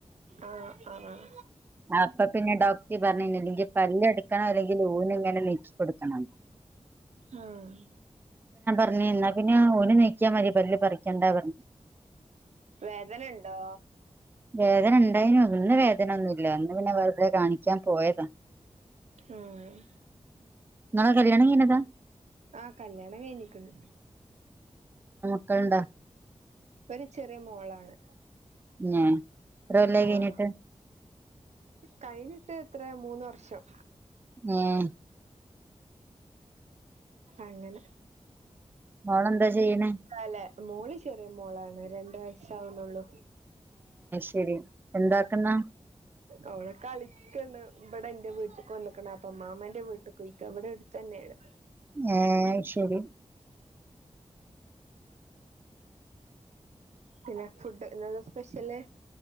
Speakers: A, on the right; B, on the right.
A: ആഹ് ആഹ്
B: അപ്പ പിന്നെ ഡോക്ടർ പറഞ്ഞിന്നണ്ടേങ്കി പല്ല് എടുക്കണോ അല്ലെങ്കിൽ ഊനിങ്ങനെ നിക്കും എടുക്കാണോന്ന്
A: ആഹ്
B: റഞ്ഞ് എന്നാ പിന്നെ ആ ഊന് നിക്ക്യ മതി പല്ല് പറിക്കണ്ടാ പറഞ്ഞു
A: വേദന ഒണ്ടോ
B: വേദന ണ്ടായിനു ഇന്ന് വേദന ഒന്നുല്ല ഇന്ന് പിന്നെ വെറുതെ കാണിക്കാൻ പോയതാ
A: ആഹ്
B: നിങ്ങളെ കല്യാണം കഴിഞ്ഞതാ
A: ആഹ് കല്യാണം കഴിഞ്ഞിക്കണ്
B: ക്കൾണ്ടാ
A: ഒരു ചെറിയ മോളാണ്
B: ഏഹ് എത്ര കൊല്ലായി
A: ആഹ്
B: കഴിഞ്ഞിട്ട്
A: കഴിഞ്ഞിട്ട് എത്രയാ മൂന്ന് വർഷം
B: ഉം
A: അങ്ങനെ
B: മോളന്താ ചെയ്യണേ
A: ക്കാലെ മോള് ചെറിയ മോളാണ് രണ്ട് വയസെ ആവണുള്ളു
B: ശെരി എന്താക്കുന്നാ
A: അവള് കളിക്കണ് ഇബ്ടെ എന്റെ വീട്ടിക്ക് വന്നക്കണപ്പം അമ്മാമാന്റെ വീട്ടകുയിക്ക ഇവിടെ എടുത്ത് തന്നെയാണ്
B: ആഹ് ശെരി
A: പിന്നെ ഫുഡ് ഇന്നെന്ത സ്പെഷ്യല്